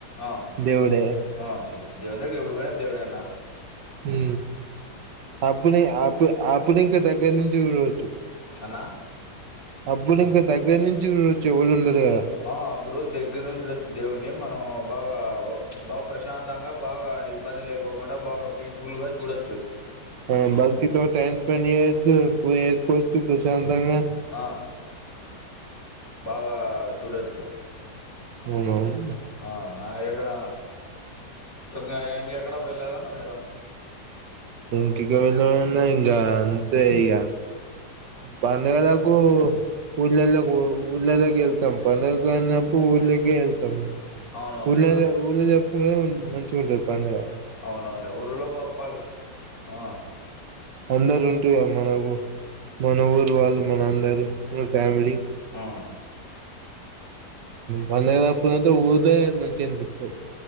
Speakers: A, on the left (about 40°); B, on the right (about 75°).
A: ఆ
B: దేవుడే
A: ఆ దేవుని దగ్గరకు ఎప్పుడు పోయినా దేవుడే అన్నా.
B: హ్ అప్పుడు అప్పు అప్పుడింక దగ్గరి నుంచి చూడొచ్చు.
A: అన్నా
B: అప్పుడు ఇంకా దగ్గర నుంచి చూడొచ్చు ఎవ్వలు ఉండరు కదా.
A: ఆ అప్పుడు దగ్గర నుంచి చూడొచ్చు దేవున్ని మనం బాగా బాగా ప్రశాంతంగా బాగా ఇబ్బంది లే కోకుండా బాగా పీస్ఫుల్గా చూడొ
B: ఆ భక్తితో టైమ్ స్పెండ్ చేయోచ్చు, పూజచేసుకోచ్చు ప్రశాంతంగా.
A: ఆ బాగా చూడొచ్చు.
B: అవునవును.
A: ఆ నా దగ్గరా <unintelligible> ఇంగ ఎక్కడా వెళ్ళలేదన్న మీరు.
B: ఇంకిక వెల్లమన్నా ఇంకా అంతే ఇగ. పండగలకు ఊళ్ళల్లకు ఊళ్ళల్లకి ఎళ్తం పండగ అన్నపు ఊళ్ళకి ఎళ్తం.
A: అవునవునులేనా
B: ఊళ్ళల్ల ఊళ్ళ జరుపుకుంటనే మంచిగా ఉంటది పండగ.
A: అవునవునులే ఊర్లలో పాపాలు ఆ
B: అందరు ఉంటూ మనకు మన ఊరు వాళ్ళు మన అందరు మన ఫ్యామిలీ
A: ఆ
B: బండగ అప్పుడు అంటే ఊరే మంచి అనిపిస్తాయి